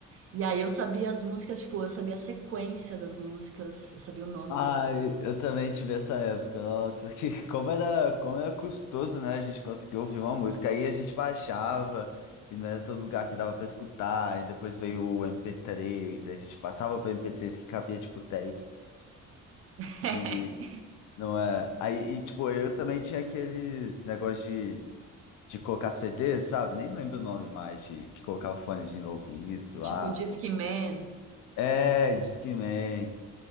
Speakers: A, on the right; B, on the left.
A: E aí eu sabia as músicas, tipo, eu sabia a sequência das músicas, eu sabia o nome
B: Ai,
A: do álbum.
B: eu também tive essa época. Nossa, <laughs> que como era, como era custoso, né? A gente conseguir ouvir uma música. Aí a gente baixava e não era todo lugar que dava pra escutar. E depois veio o mp três a gente passava para mp três que cabia tipo 10 músicas.
A: <laughs>
B: E não é. Aí, e, tipo, eu também tinha aqueles negócios de, de colocar CD, sabe? Nem lembro o nome mais, de que colocava fones no ouvido.
A: Tipo,
B: Ah,
A: Discman.
B: pô. É, Discman.